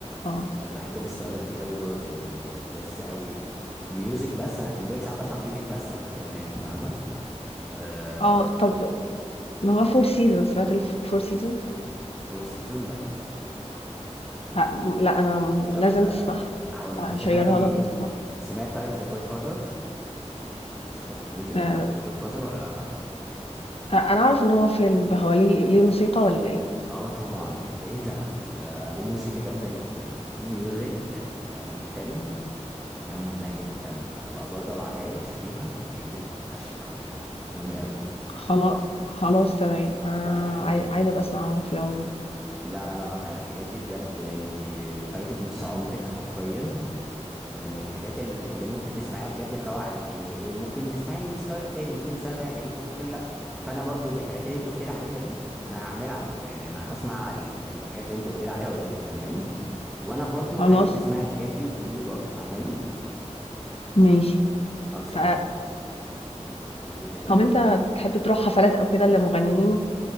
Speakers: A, on the left; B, in the centre.
A: آه،
B: يعني بحب الاستولات دي قوي برضو يعني لذيذه قوي ميوزك بس انا يعني بقولك ساعات بسمع ميوزك بس من غير كلمات فاهمه آه
A: آه، طب ما هو Four Seasons سمعت الف Four Seasons؟
B: فور سيزون لا
A: لأ، لأ أنا م-
B: طب
A: لازم
B: آه،
A: تسمعها،
B: هقولك
A: هاشيّرها
B: طب سمعتي
A: لك وتسمعها،
B: سمعت طيب ذا جود فازر الموسيقى بت- الميوزك
A: آآ،
B: بتاع ذا جود فازر ولا لا
A: أنا أعرف إن هو فيلم هو ليه ليه موسيقى والّا إيه؟
B: اه طبعا ايه ده ده ليه موسيقى جامده جدا في ميوزك لل... للفيلم جامده جدا هبقى برضه ابعتها لك شوفيها هتعجبك فشخ على فكره جامده قوي
A: خلا خلاص تمام، أنا
B: فاهماني
A: عاي عايزة أبقى أسمعه في العموم،
B: لا لا لا لا الحاجات دي بجد انت فايتك نص عمرك حرفيا من الحاجات ال- اللي ممكن تسمعيها بجد تروق عليك يعني ايه ممكن تسمعي ستايل تاني ممكن الستايل ده يعجبك وممكن لا فانا برضو الحاجات اللي انت قلت لي عليها دي انا هعملها على فكره يعني انا هسمع ال- الحاجات اللي انت قلت لي عليها اوريدي فاهماني وانا برضو
A: خلاص
B: عايزك تسمعي الحاجات دي وبقولي لي برضو فاهماني
A: ماشي،
B: خلصانه
A: ف
B: قولي لي طيب
A: طب أنت بتحب تروح حفلات أو كده لمغنيين؟